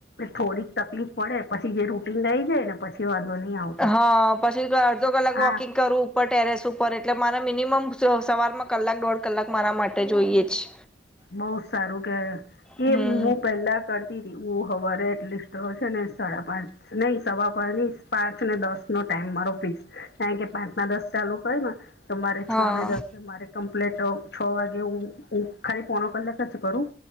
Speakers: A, on the left (about 60°); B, in the centre.
A: થોડીક તકલીફ પડે, પછી જે રૂટિન આય જાય ને, પછી વાંધો નહીં આવતો
B: હા, પછી અડધો કલાક વૉકિંગ
A: આ
B: કરું. ઉપર ટેરેસ ઉપર એટલે મારે મિનિમમ સવારમાં કલાક દોઢ કલાક મારા માટે જોઈએ જ
A: બહુ સારું કવાય
B: હમ
A: એ હું પહેલાં કરતી તી સવારે, એટલિસ્ટ છે ને સાડા પાંચ નહીં, પણ પાંચ ને દસનો ટાઈમ ફિક્સ. કારણ કે પાંચના દસ ચાલું કરે ને તો મારે
B: હા
A: છ ને દસ મારે કમ્પ્લેટ છ વાગે, હું ખાલી પોણો કલાક જ કરું